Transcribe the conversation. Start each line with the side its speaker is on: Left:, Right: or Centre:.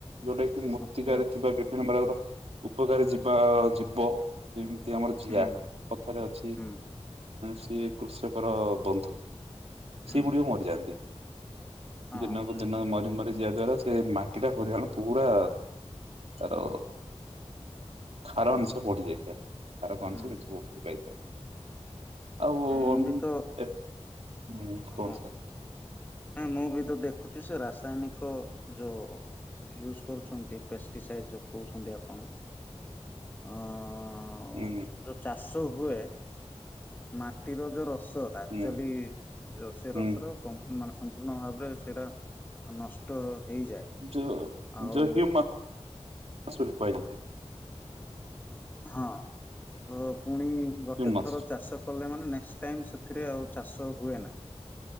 Right: ଯୋଉଟା କି ମୂର୍ତ୍ତିକାରେ
Left: ମତେ
Right: ଥିବା ବିଭିନ୍ନ ପ୍ରକାରର ଉପକାରୀ ଯିବା ଯିବ ଯେମି ଯେମିତି ଆମର ଜିଆ,
Left: ହୁଁ
Right: କଥାରେ ଅଛି
Left: ହୁଁ
Right: ସିଏ କୃଷକର ବନ୍ଧୁ।
Left: ହୁଁ
Right: ସେଗୁଡ଼ିକ ମରିଯାଆନ୍ତି
Left: ହଁ
Right: ଦିନକୁ ଯେହେତୁ ମରି ମରି ଯିବା ଦ୍ଵାରା ସେ ମାଟିଟା ପରିମାଣ ପୁରା ତାର ଖାର
Left: ହଁ
Right: ଅଂଶ ବଢି ଯାଇଥାଏ, ଖାରକ
Left: ହୁଁ
Right: ଅଂଶ କିଛି ବୃଦ୍ଧି ପାଇଥାଏ। ଆଉ
Left: ମୁଁ
Right: ଅନ୍
Left: ବି
Right: ଏ
Left: ତ
Right: ହୁଁ କୁହନ୍ତୁ
Left: ହଁ
Right: ସାର୍?
Left: ହଁ ମୁଁ ବିତ ଦେଖୁଚି, ସେ ରାସାୟନିକ ଯୋଉ ୟୁଜ କରୁଚନ୍ତି ପେଷ୍ଟିସାଇଡ ଯଉ କହୁଚନ୍ତି ଆପଣ ଅ
Right: ହୁଁ।
Left: ଯୋଉ ଚାଷ ହୁଏ ମାଟିର ଯୋଉ ରସ ଏରା ଆକ୍ଚୁଆଲି
Right: ହୁଁ
Left: ଯୋଉ ସେରସର
Right: ହୁଁ।
Left: କଁ ମାନେ ସମ୍ପୂର୍ଣ୍ଣ ଭାବରେ ସେଇଟା ନଷ୍ଟ ହେଇଯାଏ।
Right: ଯ
Left: ଆଉ
Right: ଯ ହ୍ୟମା ବୋଲି କୁହା ଯାଇଥାଏ।
Left: ହଁ, ତ ପୁଣି ଗୋଟେ
Right: ହ୍ୟୁମାସ୍।
Left: ଥର ଚାଷ କଲେ ମାନେ ନେକ୍ସ ଟାଇମ୍ ସେଥିରେ ଆଉ ଚାଷ ହୁଏ ନାହିଁ।